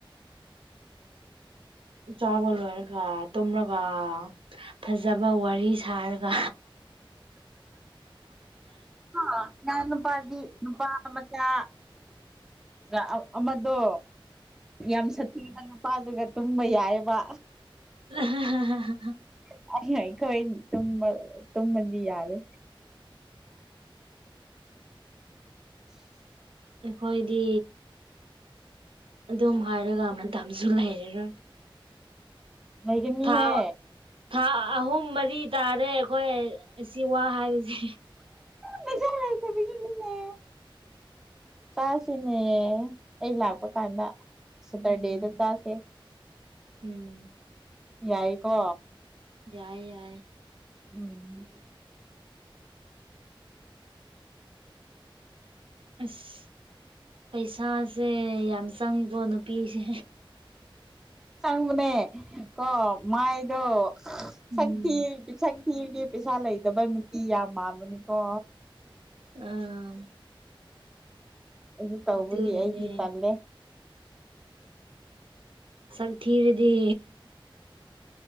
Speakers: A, on the right (about 75°); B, in the centre.
A: ꯆꯥꯕ ꯂꯣꯏꯔꯒ ꯇꯨꯝꯂꯒ ꯐꯖꯕ ꯋꯥꯔꯤ ꯁꯥꯔꯒ
B: ꯑ ꯅꯥꯟ ꯅꯨꯄꯥꯗꯤ ꯅꯨꯄꯥ ꯃꯆꯥ ꯒꯥ ꯑꯃꯗꯣ ꯌꯥꯝ ꯁꯊꯤꯕ ꯅꯨꯄꯥꯗꯒ ꯇꯨꯝꯕ ꯌꯥꯏꯌꯦꯕ
A: <unintelligible>
B: <unintelligible> ꯑꯩꯈꯣꯏ ꯇꯨꯝꯕ ꯇꯨꯝꯃꯗꯤ ꯌꯥꯔꯦ <inaudible>
A: ꯑꯩꯈꯣꯏꯗꯤ ꯑꯗꯨꯝ ꯍꯥꯏꯔꯒ ꯃꯇꯝꯁꯨ ꯂꯩꯔꯔꯣꯏ
B: ꯂꯩꯒꯅꯤꯍꯦ
A: ꯊꯥ ꯊꯥ ꯑꯍꯨꯝ ꯃꯔꯤ ꯇꯥꯔꯦ ꯑꯩꯈꯣꯏ ꯑꯁꯤ ꯋꯥ ꯍꯥꯏꯕꯁꯦ꯫
B: <unintelligible> ꯆꯥꯁꯤꯅꯦ ꯑꯩ ꯂꯥꯛꯄ ꯀꯥꯟꯗ ꯁꯇꯔꯗꯦꯗ
A: ꯎꯝ
B: ꯆꯥꯁꯦ
A: ꯎꯝ
B: ꯌꯥꯏꯀꯣ꯫
A: ꯌꯥꯏ ꯌꯥꯏ
B: ꯎꯝ
A: ꯑꯁ ꯄꯩꯁꯥꯁꯦ ꯌꯥꯝ ꯆꯪꯉꯤꯀꯣ ꯅꯨꯄꯤꯁꯦ
B: ꯆꯪꯕꯅꯦ ꯀꯣ ꯃꯥꯏꯗꯣ
A: ꯎꯝ
B: ꯁꯊꯤꯔꯗꯤ ꯁꯛ ꯊꯤꯔꯗꯤ ꯄꯩꯁꯥ ꯂꯩꯗꯕ ꯅꯨꯄꯤ ꯌꯥꯝ ꯃꯥꯟꯕꯅꯤꯀꯣ
A: ꯑꯥ
B: ꯑꯗꯨ ꯇꯧꯕꯒꯤ
A: ꯑꯗꯨꯅꯅꯦ
B: ꯑꯩꯗꯤ ꯄꯜꯂꯦ
A: ꯁꯛ ꯊꯤꯔꯗꯤ